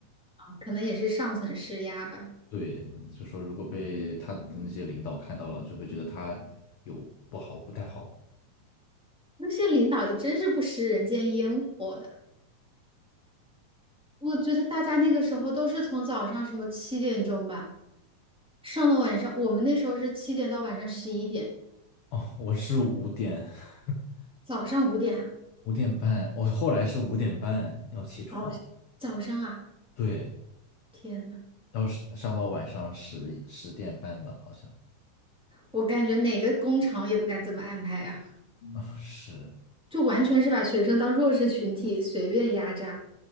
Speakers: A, in the centre; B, on the left (about 60°).
A: 可能也是上层施压吧。
B: 对，就说如果被他的那些领导看到了，就会觉得他有不好，不太好。
A: 那些领导也真是不食人间烟火的。我觉得大家那个时候都是从早上什么七点钟吧，上到晚上，我们那时候是七点到晚上十一点，
B: 哦，我是五点 <laughs>
A: 早上五点啊，
B: 五点半，我后来是五点半要起床，
A: 早早上啊，
B: 对，
A: 天呐，
B: 要是上到晚上十十点半吧，好像
A: 我感觉哪个工厂也不敢这么安排呀，
B: 啊，<laughs> 是，
A: 就完全是把学生当弱势群体随便压榨。